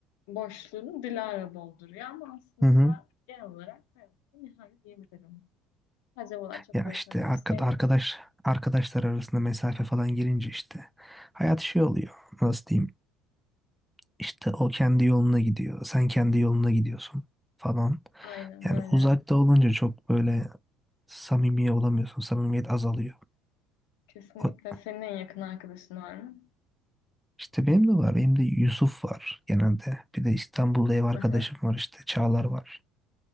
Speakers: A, on the left; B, in the centre.
A: boşluğunu Dilara dolduruyor ama aslında
B: Hı hı.
A: genel olarak hayatta Nihal diyebilirim. Sadece bu çok
B: Ya
A: görüşemiyoruz.
B: işte arka-
A: Senin
B: arkadaş arkadaşlar arasında mesafe falan girince işte hayat şey oluyor. Nasıl diyeyim? İşte o kendi yoluna gidiyor. Sen kendi yoluna gidiyorsun falan.
A: aynen
B: Yani
A: öyle.
B: uzakta olunca çok böyle samimi olamıyorsun. Samimiyet azalıyor.
A: Kesinlikle.
B: O,
A: Senin en yakın arkadaşın var mı?
B: işte benim de var. Benim de Yusuf var genelde. Bir de İstanbul'da ev arkadaşım
A: Aha.
B: var işte. Çağlar var.